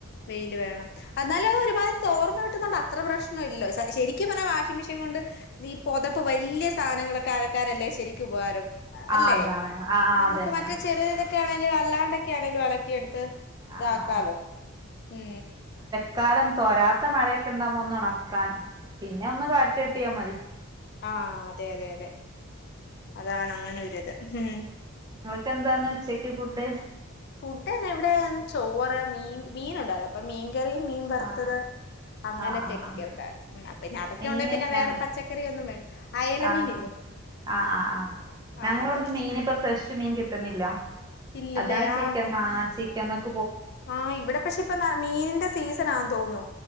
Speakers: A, on the left; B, on the right.
A: വെയില് വേണം എന്നാലും ഒരുപാട് തോർന്നകിട്ടും അത്ര പ്രശ്ന ഇല്ല ശരിക്കും പറഞ്ഞ വാഷിംഗ് മെഷീൻ കൊണ്ട് നീ പൊതപ്പ് വലിയ സാധനങ്ങളൊക്കെ അലക്കാനല്ലേ ശരിക്കും ഉപകാരം അല്ലേ
B: ആഹ് അതാണ് ആഹ് ആഹ്
A: നമുക്ക്
B: അതന്നെ
A: മറ്റേ ചെറ്ത് ആണും വല്ലാണ്ടൊക്കെ ആണേലും ഒണക്കിയെടുത്ത് ഇതാക്കാലോ
B: ആഹ്
A: ഉ
B: അക്കാലം തൊരാത്ത മഴയൊക്കെ ഉണ്ടുമ്പോ ഒന്ന് ഉണക്കാൻ പിന്നെ ഒന്ന് കാറ്റ് തട്ടിയാ മതി
A: ആഹ് അതെ അതെതെ അതാണ് അങ്ങനൊരിത് ഉം
B: നിങ്ങൾക്ക് എന്താണ് ഉച്ചക്ക് ഫുഡ്
A: ഫുഡ് തന്നെ ഇവിടെ ചോറ് മീൻ ഉണ്ടായിരുന്നു അപ്പൊ മീൻകറിയും മീൻ വറുത്തത്
B: ആഹ്
A: അങ്ങനത്തെക്കെ
B: ആഹ് ആഹ് ആഹ്
A: ഉണ്ടായി പിന്നെ അതൊക്കെ
B: മീന്
A: ഉണ്ടെ പിന്നെ
B: ഞങ്ങ
A: വേറെ പച്ചക്കറിയൊന്നും വേണ്ട അയല
B: ആഹ്
A: മീനില്ലേ
B: ആഹ് ആ ആ ഞങ്ങള
A: ആഹ് അത്
B: ഇവിടുന്ന് മീൻ ഇപ്പൊ ഫ്രഷ് മീൻ കിട്ടുന്നില്ല
A: ഇല്ലല്ലേ
B: അതാണ് ചിക്കൻ
A: ആഹ്
B: വാങ്ങിക്കുന്നത്
A: ആഹ് ഇവിടെ പക്ഷെ ഇപ്പൊ മീനിന്റെ സീസൺ ആ തോന്നുന്നു